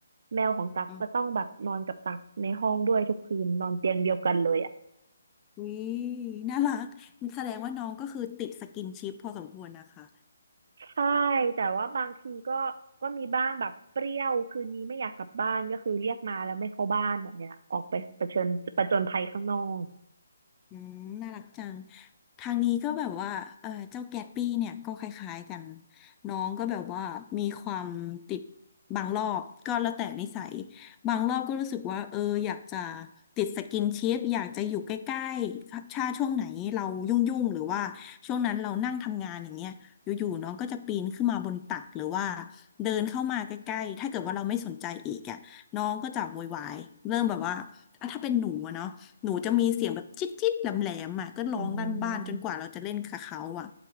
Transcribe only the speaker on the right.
แมวของตั๊กจะต้องแบบนอนกับตั๊กในห้องด้วยทุกคืนนอนเตียงเดียวกันเลยอ่ะ
ใช่แต่ว่าบางทีก็ก็มีบ้างแบบเปรี้ยวคืนนี้ไม่อยากกลับบ้านก็คือเรียกมาแล้วไม่เข้าบ้านแบบเนี้ยออกไปประชิญประจนภัยข้างนอก
อืม